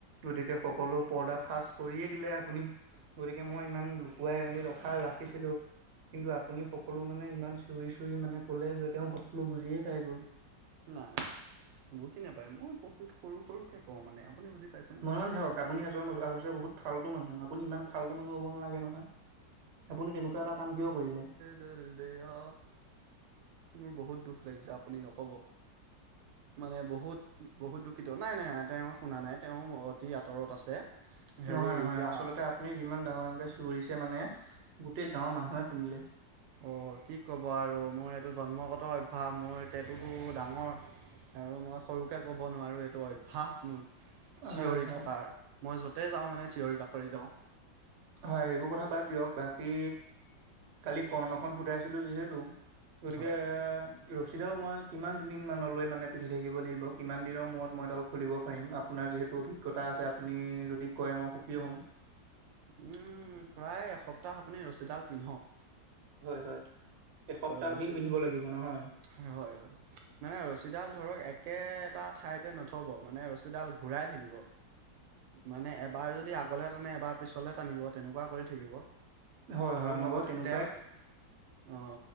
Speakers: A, on the right; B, on the right.
A: গতিকে সকলো পৰ্দা ফাৰ্ষ্ট কৰিয়েই দিলে আপুনি গতিকে মই ইমান লুকুৱাই মেলি ৰখা ৰা ৰাখিছিলোঁ কিন্তু আপুনি সকলো মানে ইমান চিঞৰি চিঞৰি মানে কলে যে তেওঁ বুজিয়েই পাই গ'ল।
B: নাই নাই বুজি নাপায় মই বহুত সৰু সৰুকে কওঁ মানে আপুনি বুজি পাইছে।
A: ইমান থাকক আপুনি আচল বহুত ফালটো মানুহ আপুনি ইমান ফালটো মানুহ হ'ব নালাগে নহয়। আপুনি তেনেকুৱা এটা কাম কিয় কৰিলে?
B: দে দেইয়া মোৰ বহুত দুখ লাগিছে আপুনি নক'ব, মানে বহুত বহুত দুখিত নাই নাই তেওঁ শুনা নাই তেওঁ অতি আঁতৰত আছে, হেৰি
A: নহয় নহয়
B: এতিয়া
A: আচলতে আপুনি যিমান ডাঙৰ ডাঙৰকে চিঞৰিছে মানে গোটেই গাঁৱৰ মানুহে শুনিলে,
B: অ কি ক'ব আৰু মোৰ এইটো জন্মগত অভ্যাস মোৰটেটুটো ডাঙৰ, আৰু মই সৰুকে ক'ব নোৱাৰোঁ এইটো অভ্যাস মোৰ, চিঞৰি
A: হয় হয়
B: থকাৰ মই য'তে যাওঁ মানে চিঞৰি বাখৰি যাওঁ,
A: হয় এইবোৰ কথা বাদ দিয়ক বাকী কালি কৰ্ণখন ফুটাইছিলোঁ যিহেতু, গতিকে,
B: হয়
A: ৰছীডাল মই কিমান দুদিনমানলৈ মানে পিন্ধি থাকিব লাগিব কিমান দিনৰ মূৰত মইডাল খুলিব পাৰিম আপোনাৰ যিহেতু অভিজ্ঞতা আছে আপুনি যদি কয় মই সুখী হ'ম,
B: উম উম প্ৰায় এসপ্তাহ আপুনি ৰছীডাল পিন্ধক,
A: হয় হয় এসপ্তাহ
B: ৰছী
A: দিন পিন্ধিব লাগিব নহয়,
B: হয় হয় হয় মানে ৰছীডাল ধৰক একেটা ঠাইতে নথ'ব মানে ৰছীডাল ঘূৰাই থাকিব, মানে এবাৰ যদি আগলে টানে এবাৰ পিছলে টানিব তেনেকুৱা কৰি থাকিব,
A: হয়
B: আৰু
A: হয় মই
B: লগতে
A: বাৰু তেনেক
B: তেল অ